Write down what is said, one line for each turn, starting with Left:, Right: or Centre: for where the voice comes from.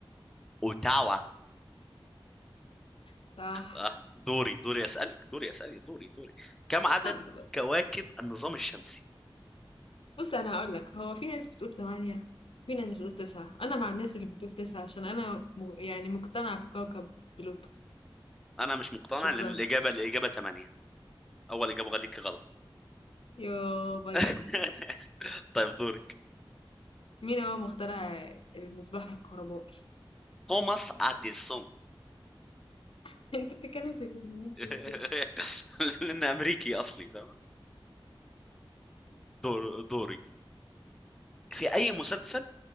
Centre: اوتاوا
Left: صح
Centre: أه
Left: <laughs>
Centre: دوري دوري اسألك دوري اسألك دوري دوري كم عدد
Left: اتفضل
Centre: كواكب النظام الشمسي؟
Left: بص انا هقول لك هو في ناس بتقول تمانية في ناس بتقول تسعة انا مع الناس اللي بتقول تسعة عشان انا م... يعني مقتنع بكوكب بلوتو
Centre: انا مش مقتنع
Left: شكرا
Centre: لان الاجابه الاجابه 8 اول اجابه غليك غلط
Left: يو بقى
Centre: <laughs> طيب دورك
Left: مين هو مخترع المصباح الكهربائي
Centre: توماس اديسون
Left: <laughs> انت بتتكلم زي كده مين
Centre: <laughs>
Left: بيقول كده؟
Centre: لان امريكي اصلي فاهم دور دوري في اي مسلسل